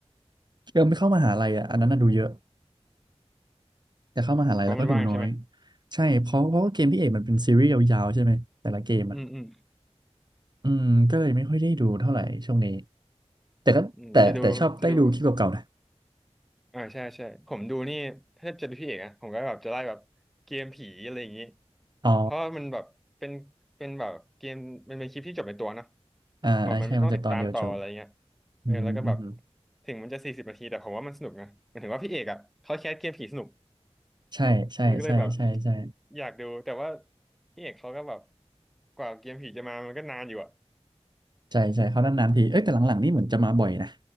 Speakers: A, on the right; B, in the centre.
A: เริ่มไม่เข้ามหาลัยอ่ะอันนั้นน่ะดูเยอะแต่เข้ามหาลัยแล้วก็ดูน้อย
B: เพราะมันว่างใช่ไหม
A: ใช่เพราะเพราะว่าเกมพี่เอกมันเป็นซีรีส์ยาวๆใช่ไหมแต่ละเกมอ่ะ
B: อืมอืม
A: อืมก็เลยไม่ค่อยได้ดูเท่าไหร่ช่วงนี้แต่ก็แต่แต่ชอบได้ดูคลิปเก่าๆนะ
B: อืมจะดูจะดู อ่าใช่ใช่ผมดูนี่ถ้าจะดูพี่เอกอะผมก็แบบจะไล่แบบเกมผีอะไรอย่างนี้
A: อ๋อ
B: เพราะว่ามันแบบเป็นเป็นแบบเกมมันเป็นคลิปที่จบในตัวเนอะ
A: อ่าอ่าใช่มันจะตอนเดียวจบ
B: แบบมันไม่ต้องติดตามต่ออะไรเงี้ย
A: อืมอืมอืม
B: เออแล้วก็แบบถึงมันจะสี่สิบนาทีแต่ผมว่ามันสนุกนะหมายถึงว่าพี่เอกอะเขาแคสเกมผีสนุก
A: ใช่ ใช่ใช่ใช่ใช่
B: มันก็เลยแบบอยากดูแต่ว่าพี่เอกเขาก็แบบกว่าเกมผีจะมามันก็นานอยู่อะ
A: ใช่ใช่เขานานๆทีเอ้ยแต่หลังๆนี่เหมือนจะมาบ่อยนะ